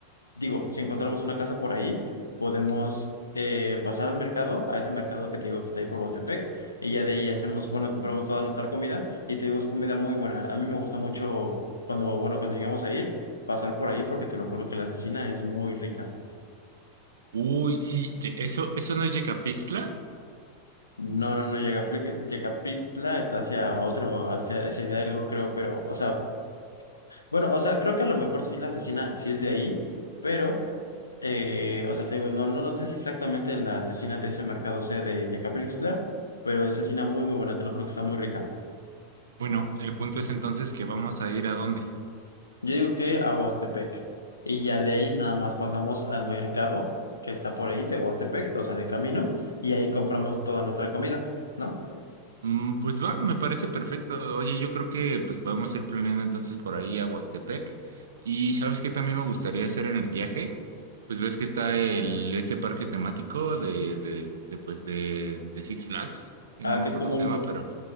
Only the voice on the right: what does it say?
Uy, sí, ye- eso, eso no es Yecapixtla.
Bueno, el punto es entonces que vamos a ir a dónde.
Mm, pues va, me parece perfecto. Oye, yo creo que pues podemos ir planeando entonces por ahí a Huastepec. Y sabes qué también me gustaría hacer en el viaje, pues ves que está el este parque temático de, de, de, pues de, de Six Flags, que
no me
acuerdo
cómo se
llama,
pero